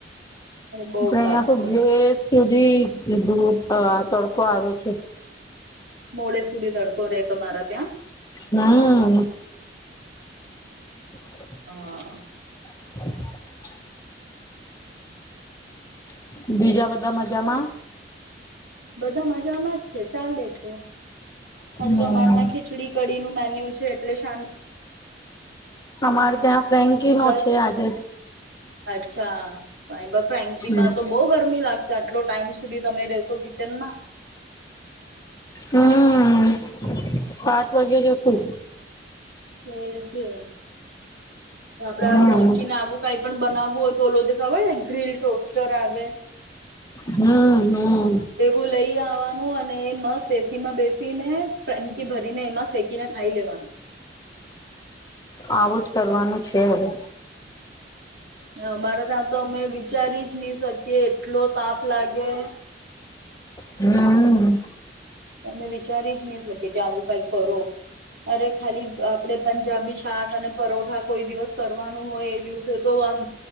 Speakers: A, on the right; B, on the left.
A: બહુ
B: આપણે
A: તાપ
B: અહીંયા તો
A: છે
B: ગેર સુધી અને ધુઓ અ તડકો આવે છે.
A: મોડે સુધી તડકો રે તમારા ત્યાં
B: નાઆઆ. <inaudible>
A: હા.
B: <inaudible> <inaudible> બીજા બધા મજામાં.
A: બધા મજામાં જ છે ચાલે છે. હજે
B: હમ્મ.
A: તો અમારે ત્યાં ખીચડી કડી નું મેન્યુ છે. એટલે શાંત.
B: અમારે ત્યાં ફ્રેન્કી નો
A: દસ
B: છે આજે.
A: અચ્છા <unintelligible> બપ ફ્રેન્કી
B: હમ્મ.
A: માં તો બહુ ગરમી લાગ આટલો ટાઈમ સુધી તમે રશો કિચનમાં
B: હમ્મ સાત વાગે જશું.
A: એ છે. <inaudible> આપડે
B: હમ્મ.
A: આ ફ્રેન્કી ને આવું કઈ. પણ બનાવવું હોય તો ઓલો ખબરને ગ્રીલ ટોસ્ટર આવે
B: હમ્મ હમ્મ
A: તે બુ લઈ. આવવાનું અને મસ્ત એસી માં બેસીને ફેન્કી ભરીને એમાં શેકીને ખાઈ લેવાનું.
B: આવું જ કરવાનું છે હવે.
A: હ અમારા ત્યાં તો અમે વિચારી. નહી શકી એટલો તાપ લાગે.
B: હમ.
A: તમે, વિચારી જ નહી, શકી કે આવું કઈ કરો અરે ખાલી આપણે પંજાબી શાક અને પરોઠા કોઈ દિવસ કરવાનું હોય એ દિવસે તો આમ